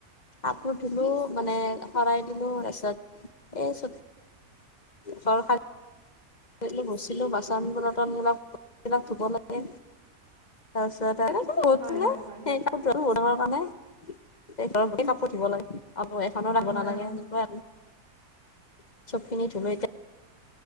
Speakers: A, on the left (about 35°); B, on the right (about 50°).
A: কাপোৰ ধুলো মানে শৰাই
B: অহ
A: দিলো তাৰপিছত। এ চু ঘৰ ব্ত ছিলো বাচন বল্তন বিলাকাক ধুব লাগে তাৰপিছত। ডাঙৰ
B: হয়
A: কাৰণে
B: হয় হয়।
A: কাক পঠিয়াব লাগে। আব এখনো ৰাব নালাগে
B: হয় হয়
A: সেনেকুৱাই
B: হয়।
A: আৰু চবখিনি ধুলো এতিয়া।